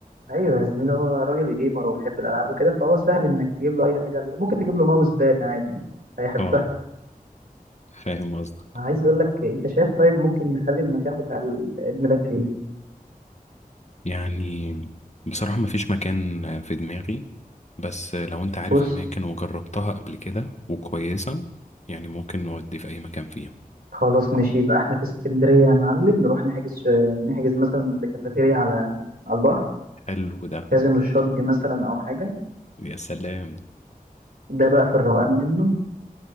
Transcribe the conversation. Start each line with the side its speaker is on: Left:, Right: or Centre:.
Right: ايوه يا زميلي هو راجل جيمر وبيحب الالعاب وكده فهو سهل انك تجيب له اي حاجه عليه ممكن تجيب له ماوس باد عادي <laughs> هيحبها
Left: اه فاهم قصدك
Right: عايز اقول لك انت شايف طيب ممكن نخلي المكان بتاع العيد ميلاد فين
Left: يعني بصراحة مفيش مكان في دماغي بس لو انت عارف
Right: بص
Left: اماكن وجربتها قبل كده وكويسة يعني ممكن نودي في اي مكان فيهم
Right: خلاص ماشي يبقى احنا في اسكندريه يا معلم نروح نحجز ش- نحجز مثلا في كافيتيريا على على البحر
Left: حلو ده
Right: كازينو الشاطبي مثلا او حاجه
Left: يا سلام
Right: ده بقى في الروقان منه